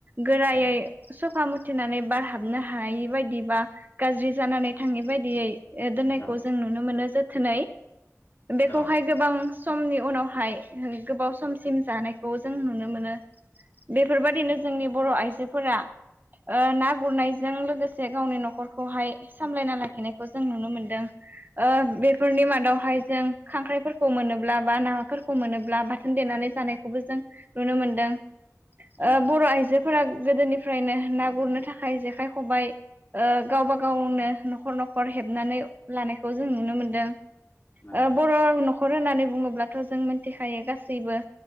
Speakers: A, on the right; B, on the left.
A: गोरायै
B: औ
A: सफा मुथिनानै बारहाबनो हायै बायदिबा गाज्रि जानानै बिथांनि बायदियै दोननायखौ
B: औ
A: जों नुनो मोनो जोथोनै बेखौहाय
B: औ
A: गोबां समनि उनावहाय गोबाव समसिम जानायखौ जों नुनो मोनो। बेफोरबायादिनो
B: नंगौ
A: जोंनि बर'आइजोफोरा। ओ ना गुरनायजों लोगोसे गावनि न'खरखौहाय सामलायना लाखिनायखौ जों नुनो मोनदों। ओ
B: औ
A: बेफोरनि मादावहाय जों खांख्राइफोरखौ मोनोब्ला बा नाफोरखौ मोनोब्ला बा देनानै जानायखौबो जों नुनो मोनदों
B: नंगौ
A: ओ बर' आइजोफोरा। गोदोनिफ्रायनो ना गुरनो थाखाय जेखाइ खबाय गावबा गावनो न'खर न'खर हेबनानै लानायखौ जों नुनो मोनदों।
B: नंगौ
A: ओ बर' न'खर होननानै बुङोब्लाथ' जों मिथिखायो गासैबो। बो